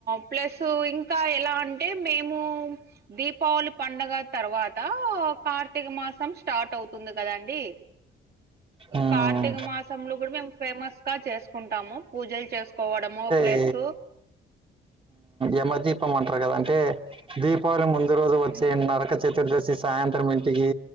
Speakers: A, on the right (about 55°); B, on the right (about 25°).
A: ప్లస్ ఇంకా ఎలా అంటే మేము దీపావళి పండగ తర్వాత కార్తీక మాసం స్టార్ట్ అవుతుంది కదండి
B: ఉమ్
A: కార్తీక మాసంలో కూడా మేము ఫేమస్ గా చేసుకుంటాము పూజలు చేసుకోవడము ప్లస్
B: టే ఎమదీపం అంటారు కదంటే దీపావళి ముందు రోజు వచ్చే
A: ఉమ్
B: నరక చతుర్దశి సాయంత్రం ఇంటికి